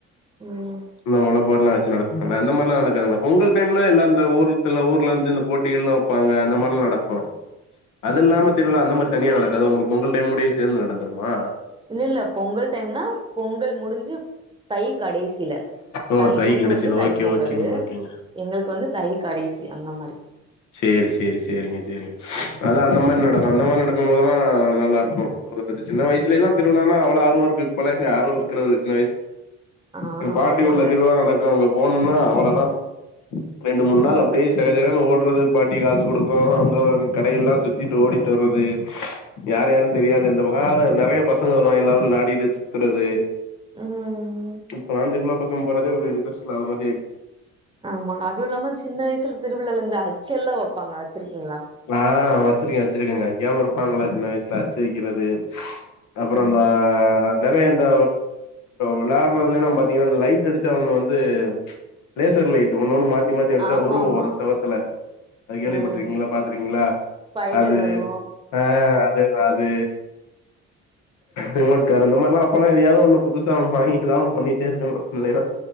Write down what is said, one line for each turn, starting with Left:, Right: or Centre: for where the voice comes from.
Right: ம்
Left: இந்த மார்லா ஒண்ணா வச்சு நடத்துவாங்கள அந்த மாரி அப்பலா நடக்காதுங்க பொங்கல் டைம்ல எல்லா இந்த ஊர்துள்ள ஊர்ல வந்து இந்த போட்டிகள் எல்லா வைப்பாங்க அந்த மாரிலா நடக்கு அது இல்லாம திருவிழா அந்த மாரி தனியா நடக்காதா உங்களுக்கு பொங்கல் டைம்ல‌ ஓடையே சேந்து நடந்துருமா
Right: இல்ல இல்ல பொங்கல் டைம்னா பொங்கல் முடிஞ்சு தை கடைசில
Left: ஓ
Right: தை ஒண்ணு
Left: கெடைச்சது
Right: வந்து தை
Left: ஓகே
Right: பொங்கல்லு
Left: ஓகேங்க ஓகேங்க
Right: எங்களுக்கு வந்து தை கடைசி அந்த மாரி
Left: சேரி சேரி சேரிங்க சேரிங்க அதா அந்த மாரி நடக்கு அந்த மாரி நடக்கு போதெல்லா நல்லாருக்கு சின்ன வயசுலல்லா திருவிழானா அவ்ளோ ஆர்வமா இருக்கு இப்பலாம் இங்க ஆர்வோ இருக்கறதில்ல சின்ன வயசு
Right: ஆ
Left: எங்க பாட்டி
Right: ஆமாங்க
Left: ஊர்ல திருவிழா நடக்கு அங்க போனுனா அவ்ளோதா ரெண்டு மூணு
Right: ம்
Left: நாள் அப்டியே சகஜகனு ஓடுறது பாட்டி காசு கொடுக்கு அங்க கடைய எல்லா சுத்திட்டு ஓடிட்டு வர்றது யார் யாருனு தெரியாது இந்த புரோ நறைய பசங்க வருவங்க எல்லாரு வெலாடிட்டு சுத்துறது
Right: ம்
Left: இப்பலா திருவிழா பக்கம் போரதே ஒரு இன்ட்ரெ்ஸ்ட் இல்லாத மாரி ஆயி
Right: ஆமாங்க அதுவு இல்லாம சின்ன வயசுல திருவிழால இந்த அச்சல்லா வைப்பாங்க வச்சிருக்கீங்ளா
Left: ஆ வச்சிருக்கே வச்சிருக்கேங்க வைக்காம இருப்பாங்களா சின்ன வயசுல அச்சு வைக்கிறது அப்ரோ
Right: ம்
Left: அந்த நறைய இந்த விலாடறதுலைலா பாத்தீங்கன்னா இந்த லைட் அடிச்சா ஒன்ன வந்து லேசர் லைட் ஒன்னொ ஒண்ணு மாத்தி மாத்தி அடிச்சா
Right: ஆமா
Left: உருவோ
Right: ஆமா
Left: வரு செவத்துல அது கேள்விப்பட்டிருக்கீங்ளா
Right: ம்
Left: பாத்திருக்கீங்களா
Right: ஸ்பைடர்
Left: அது
Right: வரு
Left: ஆ அதேதா அது
Right: <inaudible>
Left: ரிமோட் கார் இந்த மாரிளா அப்பெல்லா எதையாவது ஒண்ணு புதுசா வாங்கி எதாது ஒண்ணு பண்ணிட்டே இருக்கணு இலைன்னா